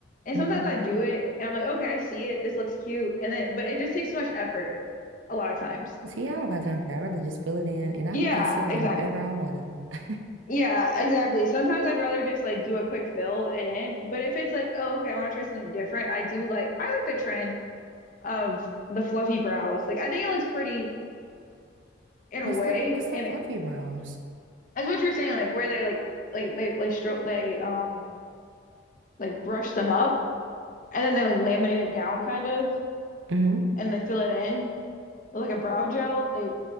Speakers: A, on the left; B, on the right.
A: And
B: hmm
A: sometimes I do it and I'm like, okay, I see it, this looks cute. And then but it just takes too much effort a lot of times.
B: See, I don't got time for that. I'd rather just fill it in and I
A: Yeah,
B: can conceal
A: exactly.
B: it however I want to.
A: Yeah, exactly. Sometimes I'd rather just like do a quick fill it in. But if it's like, oh, okay, I want to try something different, I do like I like the trend of the fluffy brows. Like I think it looks pretty in
B: What's
A: a way.
B: the what's the
A: And
B: fluffy
A: it,
B: brows?
A: that's what you're saying, like where they like like they like stroke they um like brush them up and then they like laminate it down kind of
B: hmm
A: and they fill it in with like a brow gel. They